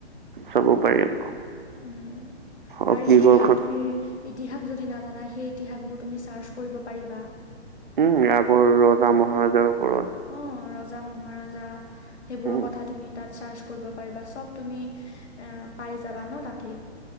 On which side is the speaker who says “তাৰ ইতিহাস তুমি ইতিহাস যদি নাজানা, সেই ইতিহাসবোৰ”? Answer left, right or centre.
Left